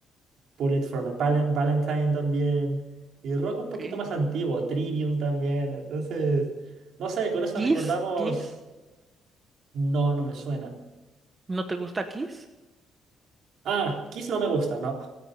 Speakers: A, on the right; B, on the right.
A: Bullet for My Palen- Valentine también, y rock
B: ok.
A: un poquito más antiguo, Trivium también, entonces, no sé, con eso
B: Kiss,
A: recordamos...
B: Kiss.
A: No, no me suena.
B: ¿No te gusta Kiss?
A: Ah, Kiss no me gusta, no.